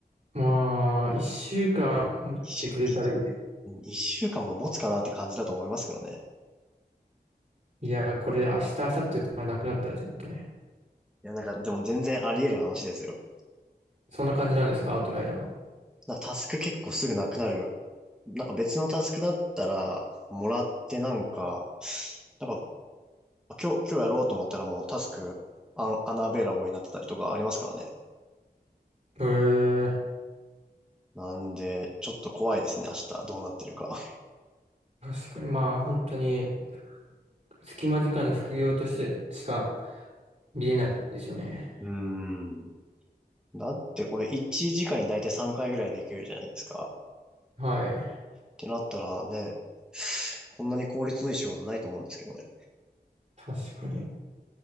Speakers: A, on the right; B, in the centre.
A: まあ、一週間持ってくれたらいいです。
B: 一い一週間も持つかなって感じだと思いますけどね。
A: いや、これで明日、明後日とかなくなったらちょっとね。
B: いや、なんかでも全然あり得る話ですよ。
A: そんな感じなんですか、アウトライアーは。
B: な、タスク結構すぐなくなる。なんか別のタスクだったら、もらってなんか、なんか今日、今日やろうと思ったらもうタスクアン、アナベイラボになってたりとかありますからね。
A: へえ。
B: なんで、ちょっと怖いですね、明日どうなってるか。
A: 確かに、まあ、本当に、隙間時間の副業としてしか見れないですよね。
B: うーん。だってこれ1時間にだいたい3回ぐらいできるじゃないですか。
A: はい。
B: ってなったらね、こんなに効率のいい仕事ないと思うんですけどね。
A: 確かに。